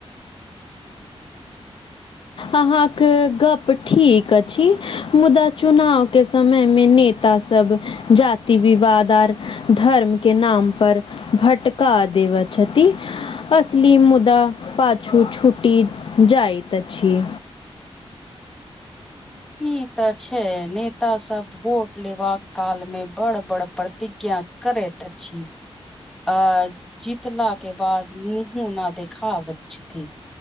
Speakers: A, on the left; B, in the centre.
A: अहाँके गप ठीक अछि मुदा चुनाव के समय मे ने ता सब जाति विवाद आर धर्म के नाम पर भटका देव छथि। असली मुदा पाछू छूट जाइतइत अछि।
B: ई तऽ छै नेता सब भोट लेबाका काल मे बड़ बड़ प्र प्रतिज्ञा करैत अछि। अ जीतला के बाद मुँहो न देखावथ छथि।